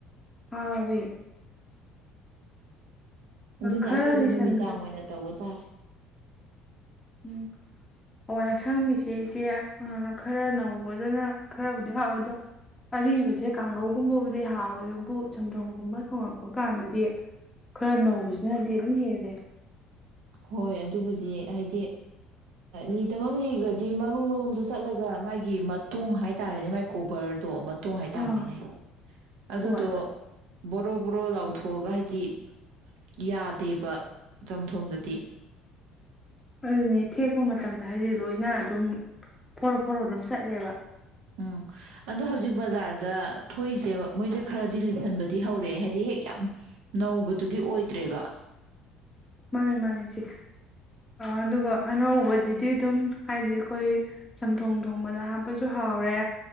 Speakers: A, on the left (about 20°); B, on the right (about 75°).
A: ꯑꯦ
B: ꯑꯗꯨꯅ
A: ꯈꯔ
B: ꯑꯩꯈꯣꯏꯁꯨ
A: ꯂꯤꯁꯟꯈ꯭ꯔꯦ
B: ꯅꯨꯃꯤꯗꯥꯡ ꯑꯣꯏꯅ ꯇꯧꯕ ꯇꯔ
A: ꯎꯝ ꯍꯥꯋꯥꯏ ꯑꯁꯥꯡꯃꯤꯁꯦ ꯏꯆꯦ ꯈꯔ ꯅꯧꯕꯗꯅ ꯈꯔꯕꯨꯗꯤ ꯍꯥꯎꯋꯦ ꯑꯗꯣ ꯑꯔꯤꯕꯁꯦ ꯀꯥꯡꯒꯧꯒꯨꯝꯕꯕꯨꯗꯤ ꯍꯥꯎꯋꯦ ꯑꯗꯨꯕꯨ ꯆꯝꯊꯣꯡꯒꯨꯝꯕ ꯊꯣꯡꯉꯛꯄ ꯀꯥꯟꯗꯗꯤ ꯈꯔ ꯅꯧꯕꯁꯤꯅꯗꯤ ꯑꯗꯨꯝ ꯍꯦꯜꯂꯦ
B: ꯍꯣꯏ ꯑꯗꯨꯕꯨꯗꯤ ꯍꯥꯏꯗꯤ ꯂꯤꯇꯃꯛ ꯂꯤꯈ꯭ꯔꯗꯤ ꯃꯔꯨꯨꯔꯣꯝꯗ ꯆꯠꯂꯒ ꯃꯥꯒꯤ ꯃꯇꯣꯡ ꯍꯥꯏꯇꯥꯔꯦꯅꯦ ꯃꯥꯒꯤ ꯀꯣꯕꯔꯗꯣ ꯇꯣꯡꯉꯥꯏ ꯇꯥꯕꯅꯤꯅꯦ
A: ꯑꯥ
B: ꯑꯗꯨꯗꯣ
A: ꯍꯣꯏ
B: ꯕꯣꯔꯣ ꯕꯣꯔꯣ ꯂꯥꯎꯊꯣꯛꯑꯒ ꯍꯥꯏꯗꯤ ꯌꯥꯗꯦꯕ ꯆꯝꯊꯣꯡꯗꯗꯤ ꯇꯦ
A: ꯑꯗꯨꯅꯦ ꯊꯦꯛꯄ ꯃꯇꯝꯗ ꯍꯥꯏꯗꯤ ꯂꯣꯏꯅ ꯑꯗꯨꯝ ꯐꯣꯔꯣ ꯐꯣꯔꯣ ꯑꯗꯨꯝ ꯆꯠꯂꯦꯕ
B: ꯎꯝ ꯑꯗꯣ ꯍꯧꯖꯤꯛ ꯕꯖꯥꯔꯗ ꯊꯣꯛꯏꯁꯦ ꯃꯣꯏꯁꯦ ꯈꯔꯗꯤ ꯂꯤꯠꯍꯟꯕꯗꯤ ꯍꯧꯔꯛꯑꯦ ꯍꯥꯏꯕꯗꯤ ꯍꯦꯛ ꯌꯥꯝ ꯅꯧꯕꯗꯨꯗꯤ ꯑꯣꯏꯗ꯭ꯔꯦꯕ
A: ꯃꯥꯅꯤ ꯃꯥꯅꯤ ꯁꯤꯦ ꯑꯗꯨꯒ ꯑꯅꯧꯕꯁꯤꯗꯤ ꯑꯗꯨꯝ ꯍꯥꯏꯗꯤ ꯑꯩꯈꯣꯏ ꯆꯝꯊꯣꯡ ꯊꯣꯡꯕꯗ ꯍꯥꯞꯄꯁꯨ ꯍꯥꯎꯔꯦ